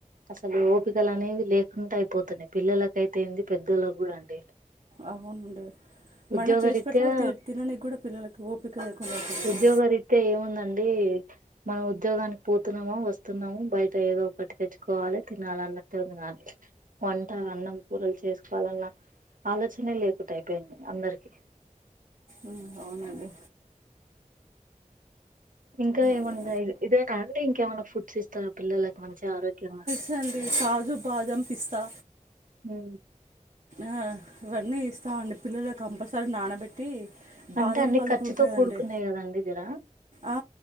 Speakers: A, on the right (about 85°); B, on the right (about 55°).
A: అసలు ఓపికలు అనేవి లేకుండా అయిపోతున్నాయి పిల్లలకు అయితేయింది పెద్దోళ్ళ గుడా అండి
B: అవునుండి
A: ఉద్యోగరీత్యా
B: మనం చేసి పెట్లాప్పు కూడా త తినడానికి కూడా పిల్లలకి ఓపిక లేకుండా అవుతుందండి
A: ఉద్యోగ రీతే ఏముందండి మనం ఉద్యోగానికి పోతున్నామో వస్తు తునము బయట ఏదో ఒకటి తెచ్చుకోవాలి తినాలి అన్నట్టు ఉంది నాను వంట అన్నం కూరలు చేసుకోవాలన్న ఆలోచనే లేకుండా అయిపోయింది అందరికి
B: ఉమ్, అవునండి
A: ఇంకా ఏమన్నా
B: అదే
A: ఇదేనా అంటే ఇంకేమన్నా ఫుడ్స్ ఇస్త తర పిల్లలకు మంచి ఆరోగ్యంగా
B: ఇత్తండి కాజు బాదం పిస్తా
A: ఉ
B: ఆ ఇవన్నీ ఇస్తామండి పిల్లల కంపల్సరీ నానబెట్టి బాదం
A: అంటే అన్ని
B: పలుకులు
A: ఖర్చుతో
B: ఉంటాయి కదండి
A: కూడుకున్నాయి కదండి జరా
B: ఆ